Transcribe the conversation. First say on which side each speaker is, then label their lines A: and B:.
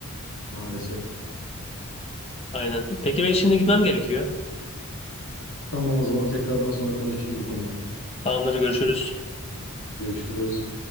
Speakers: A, on the left; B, on the left.
A: maalesef.
B: Aynen. Peki ben şimdi gitmem gerekiyor.
A: Tamam o zaman tekrardan sonra konuşuruz bu konuyu.
B: Tamamdır görüşürüz.
A: Görüşürüz.